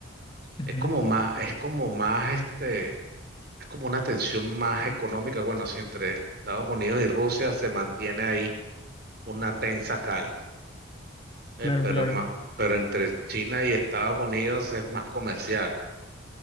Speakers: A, on the left; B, on the right.
A: ujú,
B: Es como más, es como más, este, es como una tensión más económica. Bueno, si entre Estados Unidos y Rusia se mantiene ahí una tensa calma, ¿eh?
A: claro,
B: Pero
A: claro.
B: más, pero entre China y Estados Unidos es más comercial.